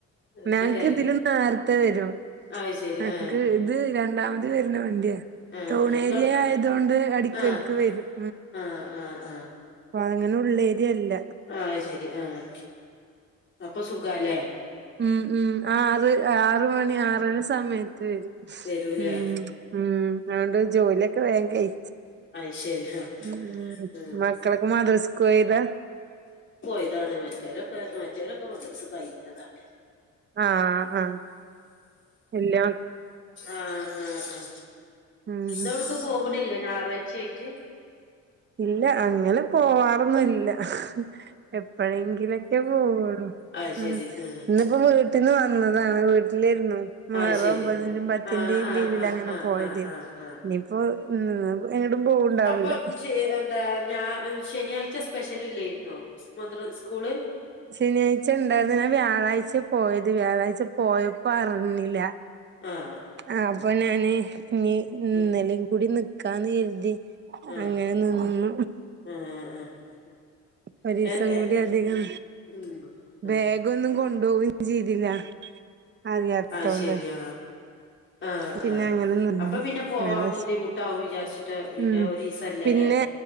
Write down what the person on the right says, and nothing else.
ഞങ്ങക്ക്
ഇതിലൊന്ന് വർത്ത വരും
ങ്ങക്ക്
ഇത് രണ്ടാമത് വരുന്ന വണ്ടിയാണ്
ടൗൺ
ഏരിയ ആയത കൊണ്ട് അടിക്കടുക്ക്
വരും
ഉ അ അങ്ങനെ ഉള്ളേരിയല്ല
ഉം ഉ ആറ് ആറ മണി ആറര സമയത്ത് വരും
ഉ ഉം അതുകൊണ്ട് ജോലിയൊക്കെ വേങ്കായി
ഉ
മക്കക്ക് മാതരി സ്കൂ ഇതാ
ആഹ ആഹ എല്ല
ഉം
ഇല്ല അങ്ങനെ പോവാറന്നല്ല എപ്പോഴെങ്കിലൊക്കെ പോവുള്ളു
ഉം
ഇന്നിപ്പോ മുീട്ടിന്ന് അത വീട്ടിലിരുന്നു വേറെ
ഒമ്പതിന്റെയും പത്തിന്റെയും
ലീവില
അങ്ങനെ
പോയത്
ഇനിയിപ്പോൊ എങ്ങോട്ടും പോവണ്ടാവൂല
ശനിയാഴ്ച ഉണ്ടായിുന്നാ വ്യാഴാഴ്ച പോയത് വ്യാഴാഴ്ച പോയപ്പോ അറിഞ്ഞില്ല
ആ അപ്പൊ ഞാന് ഇീ ഇന്നലും
കൂടി നിക്കാന്ന് കരുതി
അങ്ങനെ നിന്ന
പരീസം
കൂടി അധികം
ബാഗൊന്നും കൊണ്ടുപോകയും ചെയ്തില്ല അറിയാത്തോണ്ട്
പിന്നെ
അങ്ങനെ നിന്ന്
അങ്ങനെ
ഉം
പിന്നെ